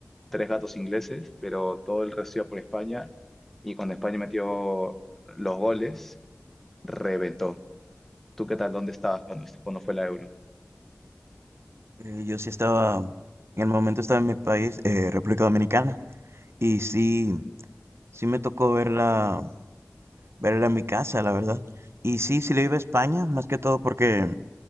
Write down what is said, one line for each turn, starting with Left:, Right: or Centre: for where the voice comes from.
Centre: tres gatos ingleses, pero todo el resto iba por España. Y cuando España metió los goles, reventó. ¿Tú qué tal? ¿Dónde estabas cuando, cuando fue la Euro?
Right: Eh, yo sí estaba, en el momento estaba en mi país, eh, República Dominicana, y sí, sí me tocó verla, verla en mi casa, la verdad. Y sí, sí le iba a España, más que todo porque